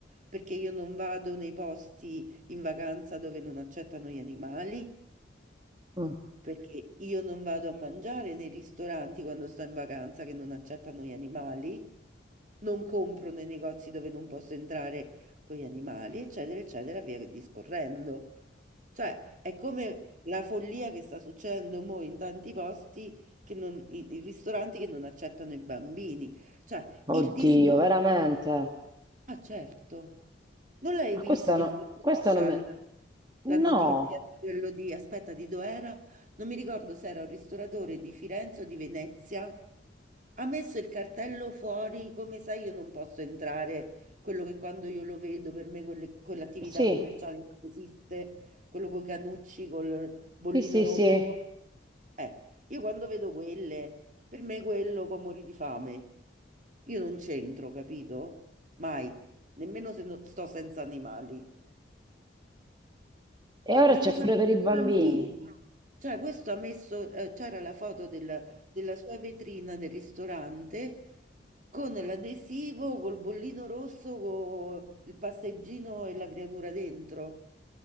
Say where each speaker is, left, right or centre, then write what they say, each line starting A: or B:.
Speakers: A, on the right; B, on the right.
A: perché io non vado nei posti in vacanza dove non accettano gli animali,
B: mm.
A: perché io non vado a mangiare nei ristoranti quando sto in vacanza che non accettano gli animali, non compro nei negozi dove non posso entrare con gli animali, eccetera, eccetera, via discorrendo. Cioè, è come la follia che sta succedendo mo in tanti posti, che non, i, i ristoranti che non accettano i bambini. Cioè,
B: Oddio,
A: il discorso
B: veramente.
A: Ah, certo. Non l'hai
B: Ma
A: visto
B: questa no,
A: sui social
B: questa non me... No,
A: la notizia di quello di, aspetta, di dov'era? Non mi ricordo se era un ristoratore di Firenze o di Venezia. Ha messo il cartello fuori, come sai, io non posso entrare. Quello che quando io lo vedo, per me quelle- quell'attività
B: sì,
A: commerciale non esiste, quello con i canucci, col bollino
B: sì, sì,
A: rosso.
B: sì.
A: Eh, io quando vedo quelle, per me quello può morire di fame. Io non c'entro, capito? Mai, nemmeno se no- sto senza animali.
B: E ora
A: L'hanno
B: c'è
A: fatto
B: pure
A: i
B: per i bambini.
A: bambini. Cioè, questo ha messo, eh, c'era la foto del- della sua vetrina del ristorante con l'adesivo, col bollino rosso, con il passeggino e la creatura dentro.